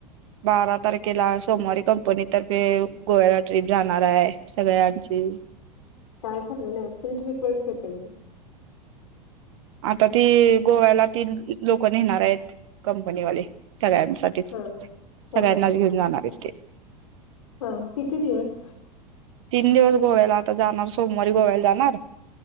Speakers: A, on the right; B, on the left.
A: बारा तारखेला सोमवारी कंपनीतर्फे गोव्याला ट्रीप जाणार आहे सगळ्यांची
B: काय खरं यना फुल ट्रीप <inaudible>
A: आता ती गोव्याला ती लोक नेणार आहेत कंपनीवाले सगळ्यांसाठी सगळ्यांनाच
B: हा हा हा
A: घेऊन जाणार आहे ते
B: हा किती दिवस
A: तीन दिवस गोव्याला आता जाणार सोमवारी गोव्याला जाणार.